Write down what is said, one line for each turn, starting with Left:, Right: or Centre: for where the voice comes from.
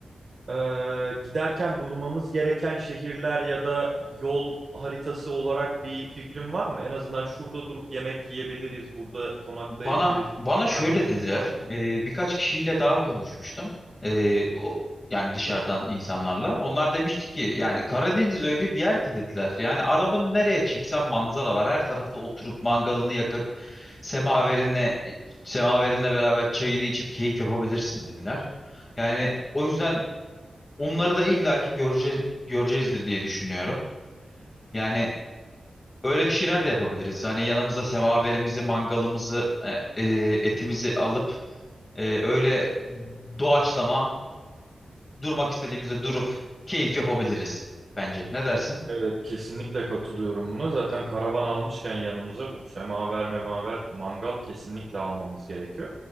Right: Ee, giderken durmamız gereken şehirler ya da yol haritası olarak bir fikrin var mı? En azından şurada durup yemek yiyebiliriz, burada konaklayabiliriz
Left: Bana bana
Right: gibisinden
Left: şöyle
Right: bir fikrin
Left: dediler.
Right: var mı?
Left: e, birkaç kişiyle daha konuşmuştum. E, o yani dışarıdan insanlarla. Onlar demişti ki yani Karadeniz öyle bir yer ki dediler. Yani arabanı nereye çeksen manzara var. Her tarafta oturup mangalını yakıp semaverinle semaverinle beraber çayını içip keyif yapabilirsin dediler. Yani o yüzden onları da illaki göreceğiz göreceğizdir diye düşünüyorum. Yani Öyle bir şeyler de yapabiliriz. Hani yanımızda semaverimizi, mangalımızı, e, e, etimizi alıp ee, öyle doğaçlama durmak istediğimizde durup keyif yapabiliriz bence. Ne dersin?
Right: Evet, kesinlikle katılıyorum buna. Zaten karavan almışken yanımıza bu semaver memaver mangal kesinlikle almamız gerekiyor.